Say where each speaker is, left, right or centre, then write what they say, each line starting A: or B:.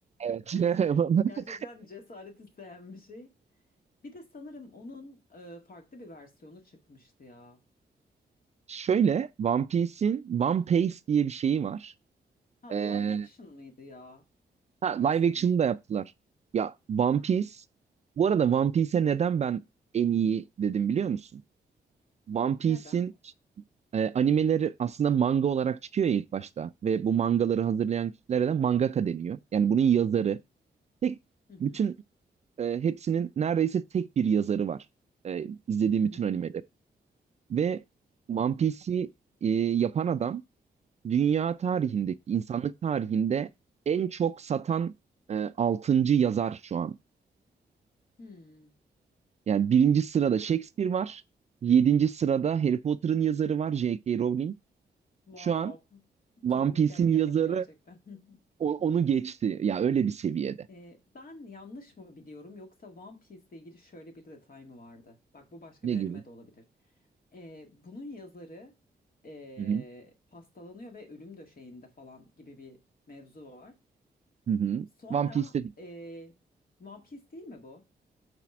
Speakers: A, on the right; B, on the left.
A: Evet.
B: <laughs>
A: <laughs>
B: Gerçekten cesaret isteyen bir şey. Bir de sanırım onun e, farklı bir versiyonu çıkmıştı ya.
A: Şöyle One Piece'in One Piece diye bir şeyi var.
B: Ha,
A: Ee,
B: live action mıydı ya
A: ha,
B: versiyonu?
A: live action'ı da yaptılar. Ya One
B: Hı hı.
A: Piece bu arada One Piece'e neden ben en iyi dedim biliyor musun? One Piece'in
B: Neden?
A: e, animeleri aslında manga olarak çıkıyor ya ilk başta ve bu mangaları hazırlayan kişilere de mangaka deniyor. Yani bunun yazarı tek
B: Hı hı.
A: bütün e, hepsinin neredeyse tek bir yazarı var. E, izlediğim
B: Hı hı.
A: bütün animelerin. Ve One
B: Wow.
A: Piece'i e, yapan adam dünya tarihindeki, insanlık tarihinde en çok satan e, 6. yazar şu an.
B: Hmm.
A: Yani birinci sırada Shakespeare var. Yedinci sırada Harry Potter'ın yazarı var J.K. Rowling.
B: Wow.
A: Şu an
B: Tüylerim
A: One Piece'in
B: diken diken
A: yazarı
B: oldu gerçekten. <laughs>
A: o- onu geçti. Ya öyle bir seviyede.
B: Ee, ben yanlış mı biliyorum yoksa One Piece ile ilgili şöyle bir detay mı vardı? Bak bu başka
A: Ne
B: bir anime
A: gibi?
B: de olabilir. Ee, bunun yazarı ee,
A: Hı hı.
B: hastalanıyor ve ölüm döşeğinde falan gibi bir mevzu var.
A: Hı hı.
B: Sonra
A: One Piece'te değil.
B: ee, One Piece değil mi bu?